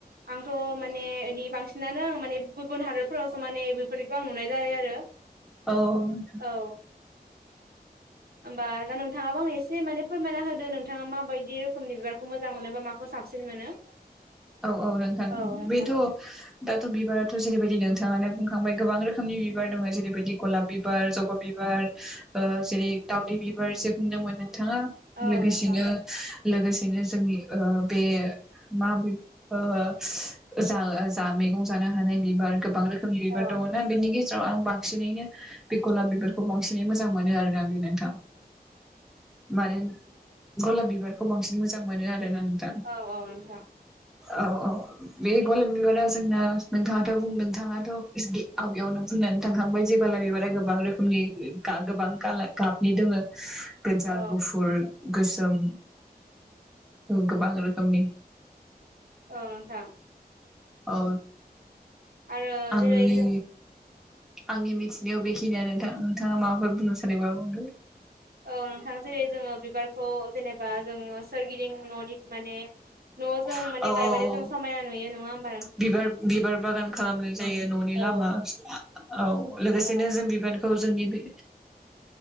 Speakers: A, on the right; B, in the centre.
A: आंथ' माने ओदि बांसिनानो आं माने गुबुन हा दोरफोरावसो माने बेफोरखौ आं नुनाय जायो आरो
B: औ नोंथां
A: औ होमबा दा नोंथाङाबो आंनो एसे माने फोरमायना होदो नों? थाङा माबायदि रोखोमनि बिबारखौ मोजां मोनो बा माखौ साबसिन मोनो?
B: औ औ नोंथां
A: औ नोंथां
B: बेथ' दाथ' बिबाराथ' जेरै बायदि नोंथाङानो बुंखांबाय गोबां रोखोमनि बिबार दङ जेरैबायदि गलाब बिबार जबा बिबार ओ जेरै दावदै बिबार एसे बुंदोंमोन नों? थाङा
A: औ
B: लोगोसेनो
A: नोंथां
B: लोगोसेनो जोंनि ओ बे माबै- ओ जा जा मैगं जानो हानाय बिबार गोबां रोखोमनि बिबार
A: औ
B: दङना बेनि गेजे जाव आं बांसिनैनो बे गलाप बिबारखौ बांसिनै मोजां मोनो आरोना बे नोंथां मानो गलाब बिबारखौ बांसिन मोजां मोनो आरो आरोना नोंथां
A: औ औ नोंथां
B: औ औ बे गलाब बिबारा जोंना नोंथाङाथ' बुं नोंथाङाथ' गे आवगयावनो बुंनानै थांखांबाय जे गलाब बिबारा गोबां रोखोमनि गोबां गाबनि दङो। गोजा
A: औ
B: गुफुर गोसोम गोबां रोखोमनि
A: औ नोंथां
B: औ
A: आरो
B: आंनि
A: जेरै जों
B: आंनि मिथिनायाव बेखिनिानो नोंथा नोंथाङा माबाफोर बुंनो सानबो बुंदो?
A: औ नोंथां जेरै जोङो बिबारखौ जेनेबा जोंङो सोरगिदिं न'नि माने न'आव जों
B: औ
A: माने
B: औ
A: गायबारिजों
B: औ
A: समायना नुयो नङा होम
B: बिबार बिबार बागान खालामनाय जायो न'नि
A: औ
B: लामा औ लोगोसेनो
A: औ
B: जों बिबानखौ जोंनि ओ बे